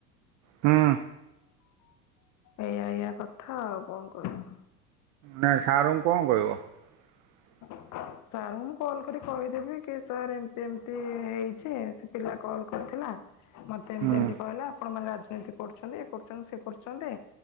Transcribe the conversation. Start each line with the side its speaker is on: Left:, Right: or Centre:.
Right: ହୁଁ।
Left: ଏଇଆ ଏଇୟଆ କଥା ଆଉ କଣ କରିବ?
Right: ନାଇଁ ସାରଙ୍କୁ କଣ କହିବ? <inaudible>
Left: ସାର୍ ଙ୍କୁ ମୁଁ କଲ୍ କରି କହିଦେବି କି ସାର୍ ଏମତି ଏମିତି ହେଇଛି ସେ ପିଲା କଲ୍ କରି ଥିଲା ମତେ ଏମତି
Right: ହୁଁ
Left: ଏମିତି କହିଲା ଆପଣ ମାନେ ରାଜନୀତି କରୁଛନ୍ତି ଇଏ କରୁଛନ୍ତି ସିଏ କରୁଛନ୍ତି।